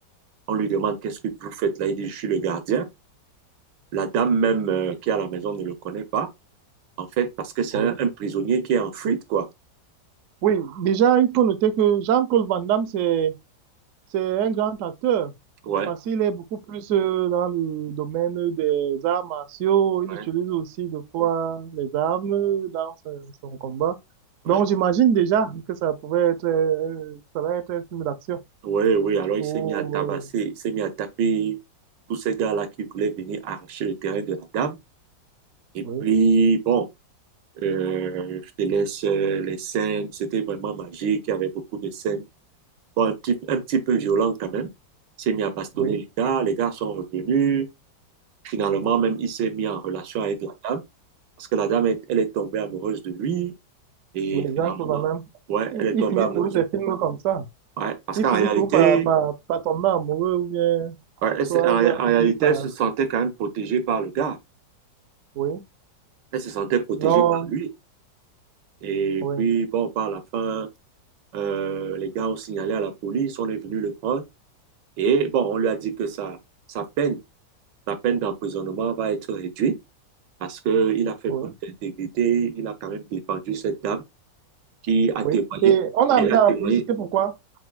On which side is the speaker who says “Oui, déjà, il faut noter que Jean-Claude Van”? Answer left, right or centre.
Right